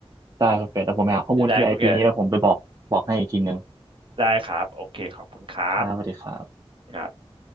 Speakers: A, on the right (about 35°); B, on the right (about 55°).
A: ได้คุณเป็ดแล้วผมไปหาข้อมูลที่ไอปีนี้แล้วผมไปบอกบอกให้อีกทีหนึ่ง
B: ได้คุณแกได้ครับโอเคขอบคุณครับ
A: ครับสวัสดีครับ
B: ครับ